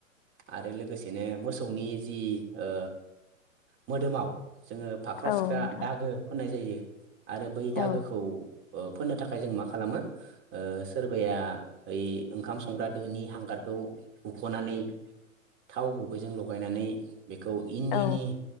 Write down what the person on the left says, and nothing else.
औ
नोंथां
औ
औ